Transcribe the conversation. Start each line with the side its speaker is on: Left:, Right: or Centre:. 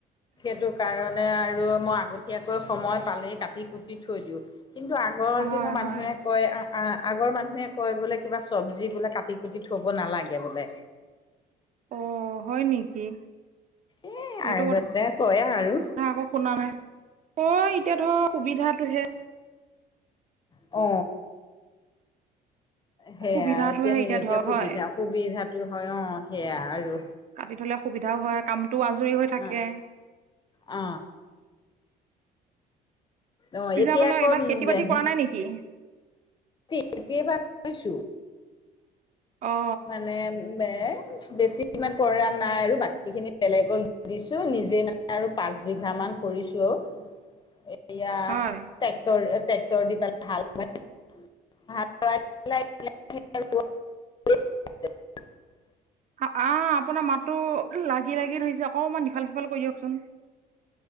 Left: সেইটো কাৰণে আৰু মই আগতীয়াকৈ সময় পালেই কাটি কুটি থৈ দিও কিন্তু আ গৰ
Right: হয়
Left: দিনৰ মানুহে
Right: হয়
Left: কয় আ আ আগৰ মানুহে কয় বোলে কিবা চব্জি বোলে কাটি কুটি থব নালাগে বোলে।
Right: অ হয় নেকি।
Left: এ
Right: এইটো
Left: আগতে
Right: কথা
Left: কয় আৰু
Right: আক শুনা নাই অ এতিয়া ধৰক সুবিধাটোহে
Left: অ সেয়া
Right: সুবিধাটোহে
Left: এতিয়া নি এতিয়া
Right: ধৰ
Left: সুবিধা
Right: হয়
Left: সুবিধাটো হয় অ সেয়া আৰু।
Right: কাটি থলে সুবিধাও হয় কামটোও আজৰি হৈ থাকে।
Left: অ'। অ অ
Right: পিছে
Left: এতিয়া
Right: আপোনাৰ
Left: কম
Right: এইবাৰ খেতি
Left: যে
Right: বাতি কৰা নাই নেকি
Left: ঢেকী ঢেকীৰ ভাত খাইছো
Right: অ
Left: মানে বে বেছি ইমান কৰা নাই আৰু বাকী খিনি বেলেগক দিছো নিজে মানে আৰু পাঁচ বিঘামান কৰিছো অ এতিয়া
Right: হয়
Left: ট্ৰেক্টৰ এ ট্ৰেক্টৰ দি পেলাই হাল বোৱাই হাল বোৱাই পেলাই ইফালে হেৰি আৰু এক <unintelligible>
Right: আ আহ আপোনাৰ মাতো লাগি - লাগি ধৰিছে অকমান সিফাল -সিফাল কৰি দিয়কচোন?